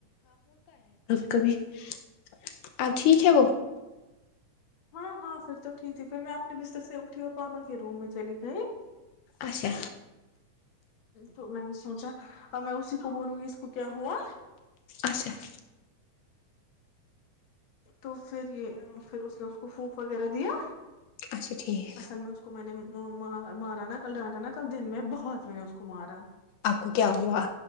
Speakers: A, on the left (about 80°); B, on the left (about 45°).
A: کب <unintelligible> آؤ ٹھیک ہےب
B: ہاں ہاں پھر توٹیک ہے پھر میں اپنے بستر سے اٹھی اور پاپا کے روم میں چلی گئی
A: اچھا
B: تو میں نے سوچا <unintelligible> تو میں اسی کو بولوں گی اس کو کیا ہوا
A: اچھا <unintelligible>
B: تو پھر یہ پھر اس نے اس کو پھونک وغیرہ دیا
A: اچھا ٹھیک
B: اصل میں اس کو میں نے مارا نا کل ڈانٹا نا کل دن میں بہت میں نے اس کو مارا <unintelligible>
A: آپ کو کیا ہوا